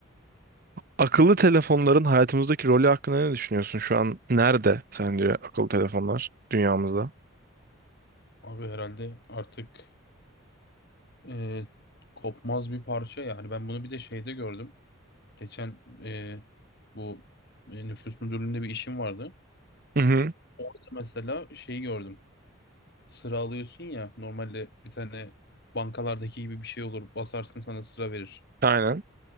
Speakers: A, on the right; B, on the left.
A: Akıllı telefonların hayatımızdaki rolü hakkında ne düşünüyorsun? Şu an nerede sence akıllı telefonlar dünyamızda?
B: Abi herhalde artık e, kopmaz bir parça yani. Ben bunu bir de şeyde gördüm. Geçen e, bu e, nüfus müdürlüğünde bir işim vardı.
A: Hı hı.
B: Orada mesela şeyi gördüm. Sıra alıyorsun ya normalde bir tane bankalardaki gibi bir şey olur. Basarsın sana sıra verir.
A: Aynen.